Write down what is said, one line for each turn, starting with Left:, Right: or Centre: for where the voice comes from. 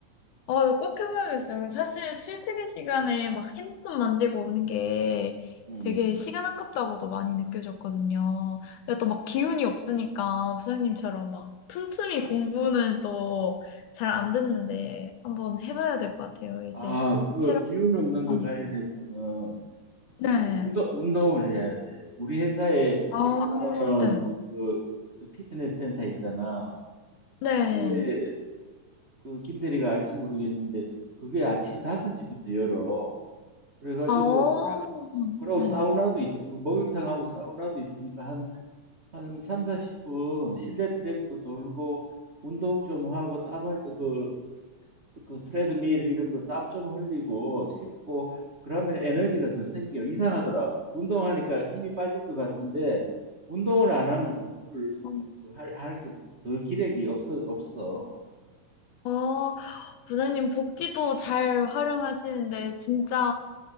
Left: 아, 이거 꼭 해봐야겠어요. 사실 출퇴근 시간에 막 핸드폰 만지고 오는 게
Right: 음.
Left: 되게 시간 아깝다고도 많이 느껴졌거든요. 근데 또 막 기운이 없으니까 부장님처럼 막 틈틈이 공부는 또 잘 안 됐는데 한번 해봐야 될 것 같아요. 이제
Right: 아 그거
Left: 새로
Right: 기운 없는 거
Left: 으니까
Right: 관련해서는
Left: 네.
Right: 그 운동, 운동을 해야 돼. 우리 회사에
Left: 아,
Right: 보면은
Left: 네.
Right: 그저 피트니스 센터 있잖아.
Left: 네.
Right: 그게 그 김대리가 알지 모르겠는데 그게 아침 5시부터 열어. 그래가지고
Left: 아,
Right: 그러고
Left: 네.
Right: 사우나도 있, 목욕탕하고 사우나도 있으니까 한, 한삼 40분 실내 트랙도 돌고 운동 좀 하고 땀을 그 그 트레드밀 이런 거 땀 좀 흘리고 씻고 그러면 에너지가 더 생겨. 이상하더라. 운동하니까 힘이 빠질 것 같은데 운동을 안 하면 공부를
Left: 어.
Right: 할, 할 게 더 기력이 없어, 없어.
Left: 어, 부장님 복지도 잘 활용하시는데 진짜